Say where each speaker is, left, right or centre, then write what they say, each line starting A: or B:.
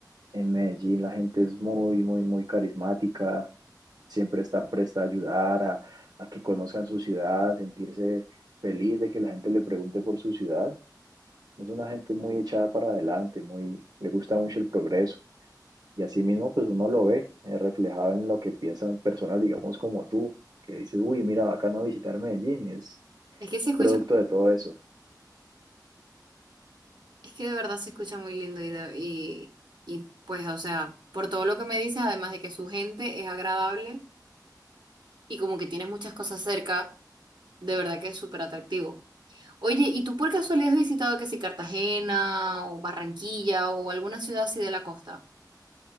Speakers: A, on the right (about 65°); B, on the right (about 75°).
A: En Medellín la gente es muy, muy, muy carismática, siempre está presta a ayudar, a, a que conozcan su ciudad, a sentirse feliz de que la gente le pregunte por su ciudad. Es una gente muy echada para adelante, muy, le gusta mucho el progreso. Y así mismo, pues uno lo ve eh, reflejado en lo que piensan personas, digamos, como tú, que dices, uy, mira, bacano visitar Medellín, es,
B: Es que se escucha
A: producto de todo eso.
B: Es que de verdad se escucha muy lindo y, de- y, y pues, o sea, por todo lo que me dices, además de que su gente es agradable y como que tienes muchas cosas cerca, de verdad que es súper atractivo. Oye, ¿y tú por casualidad has visitado que si Cartagena o Barranquilla o alguna ciudad así de la costa?